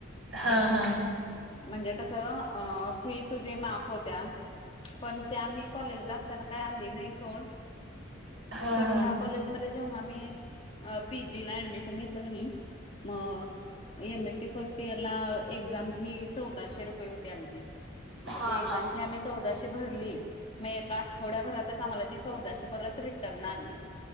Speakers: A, on the right; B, on the left.
A: हा हा
B: म्हणजे कस फी तुझी माफ होत्या पण त्या मी कॉलेज ला असताना आली नाही सोड
A: हा
B: पण
A: हा.
B: ह्या कॉलेज मध्ये तेव्हा आम्ही पीजी ला ऍडमिशन घेतलं कणी मी एमएससी फर्स्ट इयर ला एक्झाम फी चौदाशे रुपये होती आमची.
A: हा
B: मग ते एक्झाम
A: हा.
B: फी आम्ही चौदाशे भरली. मी एका आठवड्याभरातच आम्हाला ती चौदाशे परत रिटर्न आली.